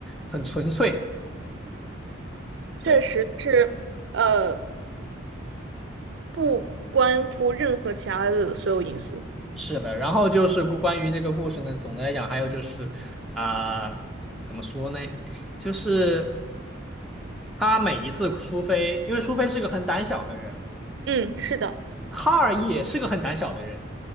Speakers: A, in the centre; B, on the right.
A: 很纯粹。
B: 确实就是呃，
A: 对，
B: 不关乎任何其他的所有因素。
A: 是的。然后就是故关于这个故事呢，总的来讲，还有就是啊、怎么说呢？就是他每一次苏菲，因为苏菲是个很胆小的人，
B: 嗯，是的，
A: 卡尔也是个很胆小的人，